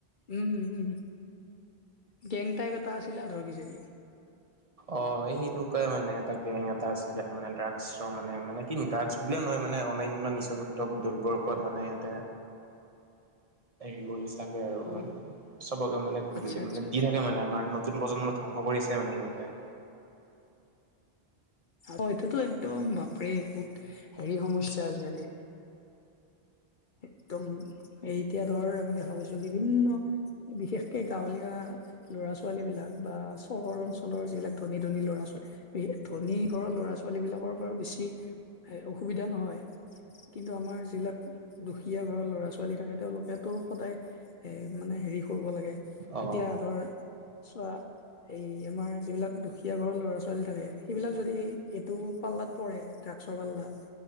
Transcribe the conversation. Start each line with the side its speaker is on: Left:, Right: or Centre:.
Left: উম উম উম গেং টাইপ এটা আছিলে আৰু ধৰ কিজানি
Right: অ সেই সেনেকুৱাই মান এটা গেং এটা আছিলে মানে ড্ৰাগছৰ মানে মানে ড্ৰাগছ বুলিয়েই নহয় মানে অনান্য নিচাযুক্ত দ্ৰব্যৰ ওপৰত মানে ইহঁতে হেৰি কৰি চাগে আৰু
Left: অ
Right: চবকে মানে
Left: আচ্ছা আচ্ছা
Right: মানে দি থাকে মানে আমাৰ ন নতুন প্ৰজন্মক ধ্বংস কৰি আছে মানে সিহঁতে
Left: অ এইটোতো একদম বাপৰে বহুত হেৰি সমস্যা আজিকালি একদম এ এতিয়া ধৰ আমি দেখা পাইছো বিভিন্ন বিশেষকে গাঁৱলীয়া ল'ৰা-ছোৱালী বিলাক বা চহৰ অঞ্চলৰ যিবিলাক ধনী ধনী ল'ৰা-ছোৱালী বিশেষ ধনী ঘৰৰ লৰা-ছোৱালী বিলাকৰ বাৰু বেছি অসুবিধা নহয় কিন্তু আমাৰ যিবিলাক দুখীয়া ঘৰৰ ল'ৰা-ছোৱালী থাকে তেওঁলোকেতো সদায় এ মানে হেৰি কৰব লাগে
Right: অ
Left: এতিয়া ধৰ চৱা এই আমাৰ যিবিলাক দুখীয়া ঘৰৰ ল'ৰা-ছোৱালী থাকে সেইবিলাক যদি এইটো পাল্লাত পৰে, তাক <unintelligible> ড্ৰাগছৰ পাল্লাত।